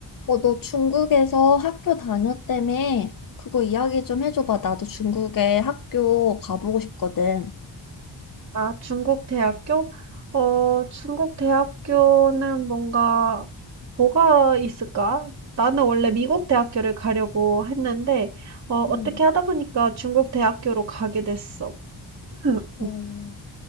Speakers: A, on the left; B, on the right.
A: 어, 너 중국에서 학교 다녔다며? 그거 이야기 좀 해줘봐. 나도 중국에 학교 가보고 싶거든.
B: 아, 중국 대학교? 어, 중국 대학교는 뭔가, 뭐가 있을까? 나는 원래 미국 대학교를 가려고 했는데, 어, 어떻게
A: 음.
B: 하다 보니까 중국 대학교로 가게 됐어. 음,
A: 어,
B: 음.